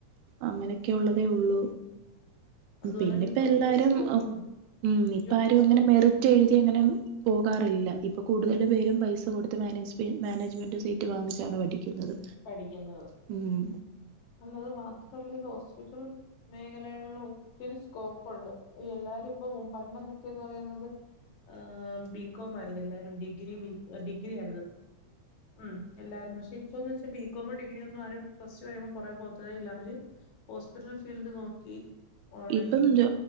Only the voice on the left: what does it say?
അതുപോലെ
തന്നെ ഇപ്പൊ ഒത്തിരി
സ്കോപ്പും
ജോലി
സ്കോപ്പ്
പഠിക്കുന്നത്.
<unintelligible> മാത്രല്ലത് ഹോസ്പിറ്റൽ മേഖലകളിൽ ഒത്തിരി സ്കോപ്പുണ്ട്. എല്ലാരും ഇപ്പ പണ്ടന്നെക്കെന്ന് പറയുന്നത്, ആഹ് ബികോം ആയിരുന്നു എല്ലാരും ഡിഗ്രി ബി ഡിഗ്രി ആരുന്നു. ഉം എല്ലാരും പക്ഷെ ഇപ്പോന്ന് വെച്ചാ ബീകോമും ഡിഗ്രി ഒന്നും ആരും പ്ലസ്ടു കഴിയുമ്പ പുറെപോത്തതേഇല്ല അവര് ഹോസ്പിറ്റൽ ഫീൽഡ് നോക്കി ഓൺലൈൻ